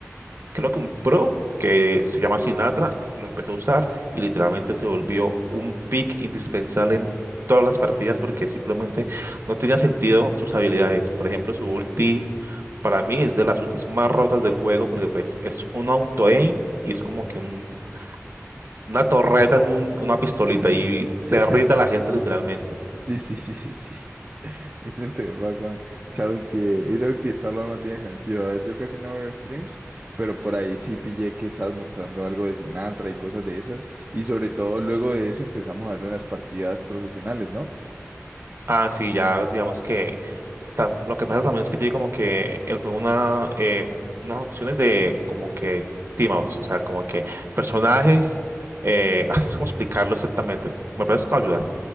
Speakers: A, on the right (about 55°); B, on the right (about 35°).
A: creo que un pro que se llama Sinatra lo empezó a usar y literalmente se volvió un pick indispensable en todas las partidas porque simplemente no tenía sentido sus habilidades. Por ejemplo, su ulti. Para mí es de las ultis más rotas del juego porque pues es un auto-aim y es como que un una torreta en un- una pistolita
B: <laughs>
A: y derrite a la gente literalmente.
B: Sí, sí, sí, sí, sí. Eso tenés razón. Esa ulti, esa ulti de Starlord no tiene sentido. A ver, yo casi no veo streams, pero por ahí sí pillé que estás mostrando algo de Sinatra y cosas de esas. Y sobre todo luego de eso empezamos a verlo en las partidas profesionales, ¿no?
A: Ah, sí, ya digamos que tam- lo que pasa también es que tiene como que el juego una, eh, unas opciones de como que team outs, o sea, como que personajes, eh, <laughs> no sé cómo explicarlo exactamente. ¿Me puedes ayudar?